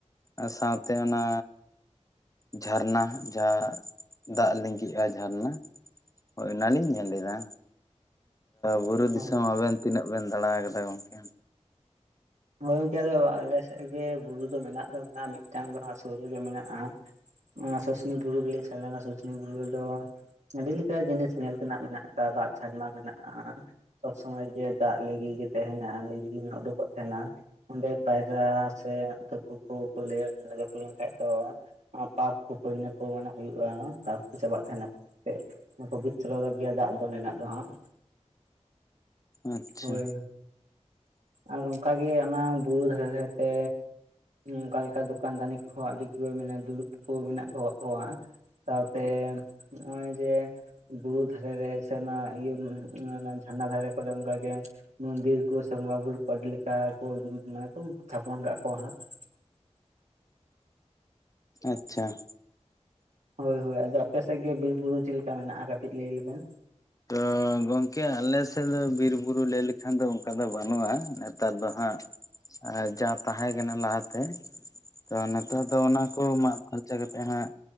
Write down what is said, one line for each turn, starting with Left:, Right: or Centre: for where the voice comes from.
Left: ᱟᱨ ᱥᱟᱶᱛᱮ ᱚᱱᱟ ᱡᱷᱟᱨᱱᱟ ᱡᱟᱦᱟᱸ ᱫᱟᱜ ᱞᱤᱸᱜᱤᱜᱼᱟ ᱡᱷᱟᱨᱱᱟ ᱦᱳᱭ ᱚᱱᱟᱞᱤᱧ ᱧᱮᱞ ᱞᱮᱫᱟ ᱵᱩᱨᱩ
Right: ᱦᱳᱭ
Left: ᱫᱤᱥᱚᱢ ᱟᱵᱮᱱ ᱛᱤᱱᱟᱹᱜ ᱵᱮᱱ ᱫᱟᱬᱟ ᱟᱠᱟᱫᱟ ᱜᱚᱝᱠᱮ
Right: ᱜᱳᱭ ᱜᱚᱝᱠᱮ ᱟᱞᱮ ᱥᱮᱫ ᱜᱮ ᱵᱩᱨᱩ ᱫᱚ ᱢᱮᱱᱟᱜ ᱫᱚ ᱢᱮᱱᱟᱜᱼᱟ ᱢᱤᱫᱴᱟᱝ ᱫᱚ ᱦᱟᱸᱜ ᱥᱩᱨ ᱨᱮᱜᱮ ᱢᱮᱱᱟᱜᱼᱟ ᱥᱩᱥᱱᱤ ᱵᱩᱨᱩ ᱜᱮᱞᱤᱧ ᱥᱮᱱ ᱞᱮᱱᱟ ᱥᱩᱥᱱᱤ ᱵᱩᱨᱩ ᱨᱮᱫᱚ ᱟᱹᱰᱤ ᱞᱮᱠᱟ ᱡᱤᱱᱤᱥ ᱧᱮᱞ ᱛᱮᱱᱟᱜ ᱢᱮᱱᱟᱜ ᱟᱠᱟᱫᱟ ᱫᱟᱜ ᱪᱷᱟᱨᱱᱟ ᱢᱮᱱᱟᱜᱼᱟ ᱥᱚᱵᱽ ᱥᱚᱢᱚᱭ ᱡᱮ ᱫᱟᱜ ᱞᱟᱹᱜᱤᱫ ᱜᱮ ᱛᱟᱦᱮᱱᱟ ᱞ ᱩᱰᱩᱠᱚᱜ ᱛᱟᱦᱮᱱᱟ ᱚᱸᱰᱮ ᱯᱟᱭᱨᱟ ᱥᱮ ᱛᱯᱩ ᱠᱚᱠᱚ ᱞᱟᱹᱭ ᱞᱮᱱᱠᱷᱟᱡ ᱫᱚ ᱯᱟᱯ ᱠᱚ ᱯᱚᱱᱱᱚ ᱠᱚ ᱢᱮ ᱦᱩᱭᱩᱜᱼᱟ ᱛᱟᱯ ᱠᱚ ᱪᱟᱵᱟᱜ ᱛᱟᱦᱮᱱᱟ ᱯᱚᱵᱤᱛᱨᱚ ᱜᱮᱭᱟ ᱫᱟᱜ ᱫᱚᱱᱱᱟᱜ ᱫᱚ ᱦᱟᱸᱜ
Left: ᱟᱪᱪᱷᱟ
Right: ᱦᱳᱭ ᱟᱨ ᱱᱚᱝᱠᱟᱜᱮ ᱚᱱᱟ ᱵᱩᱨᱩ ᱫᱷᱟᱨᱮ ᱫᱷᱟᱨᱮᱛᱮ ᱚᱱᱠᱟ ᱞᱮᱠᱟ ᱫᱚᱠᱟᱱ ᱫᱟᱱᱤ ᱠᱚᱦᱚᱸ ᱟᱹᱰᱤ ᱜᱮ ᱢᱟᱱᱮ ᱫᱩᱲᱩᱵ ᱠᱚ ᱢᱮᱱᱟᱜ ᱟᱠᱟᱫ ᱠᱚᱣᱟ ᱥᱟᱶᱛᱮ ᱱᱚᱜᱼᱚᱭ ᱡᱮ, ᱵᱩᱨᱩ ᱫᱷᱟᱨᱮ ᱨᱮ ᱥᱮ ᱚᱱᱟ ᱤᱭᱟᱹ ᱡᱷᱟᱨᱱᱟ ᱫᱷᱟᱨᱮ ᱠᱚᱨᱮ ᱚᱱᱠᱟᱜᱮ, ᱢᱚᱱᱫᱤᱨ ᱠᱚ ᱥᱮ ᱵᱚᱸᱜᱟ ᱵᱩᱨᱩ ᱠᱚ ᱟᱹᱰᱤ ᱞᱮᱠᱟ ᱠᱚ ᱢᱟᱱᱮ ᱠᱚ ᱛᱷᱟᱯᱚᱱ ᱠᱟᱜ ᱠᱚᱣᱟ ᱦᱟᱸᱜ ᱾
Left: ᱟᱪᱪᱷᱟ ᱾
Right: ᱦᱳᱭ ᱦᱳᱭ ᱟᱫᱚ ᱟᱯᱮ ᱥᱮᱫ ᱜᱮ ᱵᱤᱨ ᱵᱩᱨᱩ ᱪᱮᱫ ᱞᱮᱠᱟ ᱢᱮᱱᱟᱜᱼᱟ, ᱠᱟᱹᱴᱤᱡ ᱞᱟᱹᱭ ᱞᱮᱵᱮᱱ?
Left: ᱛ ᱜᱚᱝᱠᱮ ᱟᱞᱮ ᱥᱮᱫ ᱫᱚ ᱵᱤᱨᱵᱩᱨᱩ ᱞᱟᱹᱭ ᱞᱮᱠᱷᱟᱱ ᱫᱚ ᱚᱱᱠᱟ ᱫᱚ ᱵᱟᱹᱱᱩᱜᱼᱟ, ᱱᱮᱛᱟᱨ ᱫᱚ ᱦᱟᱸᱜ ᱟᱨ ᱡᱟ ᱛᱟᱦᱮᱸ ᱠᱟᱱᱟ ᱞᱟᱦᱟᱛᱮ ᱛᱚ ᱱᱤᱛᱚᱜ ᱫᱚ ᱚᱱᱟ‌ ᱠᱚ ᱢᱟᱜ ᱯᱷᱟᱨᱪᱟ ᱠᱟᱛᱮᱜ ᱦᱟᱸᱜ